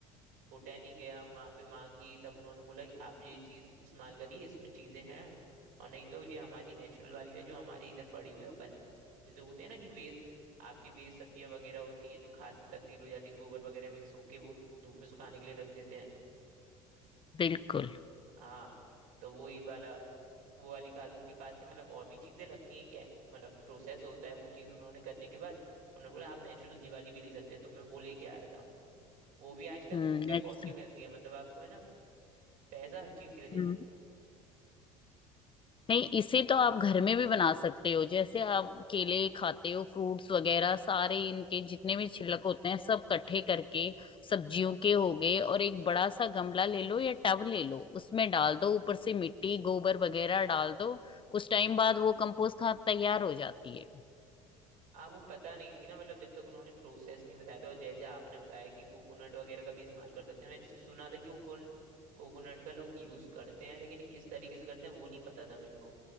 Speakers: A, on the right; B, on the left.
A: बोटैनी गया वहां पे मांगी तब उन्होंने बोला कि आप ये चीज इस्तेमाल करिए इसमें चीजें हैं और नहीं तो ये हमारी नेचुरल वाली है जो हमारे इधर पड़ी हुई है और बन जैसे होते हैं ना कि वे आपकी वेस्ट सब्जियां वगैरह होती हैं जो खाद में तब्दील हो जाती हैं गोबर वगैरह मिक्स होके वो धूप में सुखाने के लिए रख देते हैं
B: बिल्कुल
A: हाँ तो वही वाला वो वाली खाद उनके पास थी मतलब और भी चीजें लगती हैं क्या मतलब प्रोसेस होता है वो चीज़ उन्होंने करने के बाद उन्होंने बोला आप नेचुरल ये वाली भी ले सकते हैं तो मैं वो लेके आया था वो भी आजकल
B: हम्म
A: पूरे कॉस्ट
B: अच्छा,
A: की मिलती है मतलब आपको है ना पैसा हर चीज के लिए देना
B: हम्म
A: है
B: नहीं इसे तो आप घर में भी बना सकते हो जैसे आप केले खाते हो फ्रूट्स वगैरह सारे इनके जितने भी छिलक होते हैं सब इकट्ठे करके सब्जियों के हो गए और एक बड़ा सा गमला ले लो या टब ले लो उसमें डाल दो ऊपर से मिट्टी गोबर वगैरह डाल दो कुछ टाइम बाद वो कंपोस्ट खाद तैयार हो जाती है
A: आ, वो पता नहीं थी ना मतलब जब तक उन्होंने प्रोसेस नहीं बताया था और जैसे आपने बताया कि कोकोनट वगैरह का भी इस्तेमाल कर सकते हैं मैंने सिर्फ सुना था कि कोकोन कोकोनट का लोग यूज करते हैं लेकिन किस तरीके से करते हैं वो नहीं पता था मेरे को